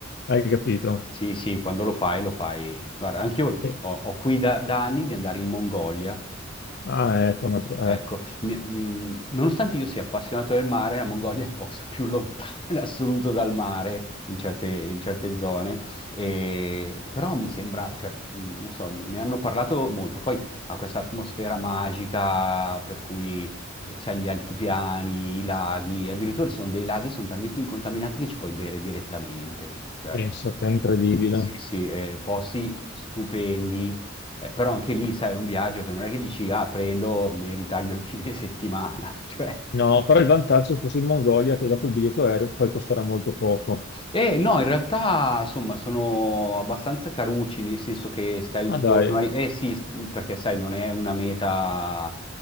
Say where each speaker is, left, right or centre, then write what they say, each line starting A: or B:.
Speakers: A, on the left; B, on the left.
A: Hai capito?
B: Sì, sì, quando lo fai, lo fai. Guarda, anch'io
A: Sì.
B: ho, ho qui da, da anni di andare in Mongolia
A: Ah, ecco, un altro-
B: Ecco,
A: eh,
B: mi- mm, nonostante io sia appassionato del mare, la Mongolia è il posto più lontano in assoluto dal mare in certe, in certe zone, e- però mi sembra, cioè, mm, non so, mi hanno parlato molto, poi ha questa atmosfera magica per cui, eh, sai, gli altipiani, i laghi, addirittura ci sono dei laghi che sono talmente incontaminati che ci puoi bere direttamente, cioè,
A: pensate, è incredibile.
B: sì, sì, eh, posti stupendi, eh, però anche lì, sai, è un viaggio che non è che dici, ah, prendo, mi ritaglio il fine settimana, <laughs> cioè...
A: No, però il vantaggio fosse in Mongolia che dopo il biglietto aereo poi costerà molto poco.
B: Eh, no, in realtà, insomma, sono abbastanza carucci, nel senso che stai intorno
A: Ah dai,
B: ai... Eh sì, s- perché sai, non è una meta,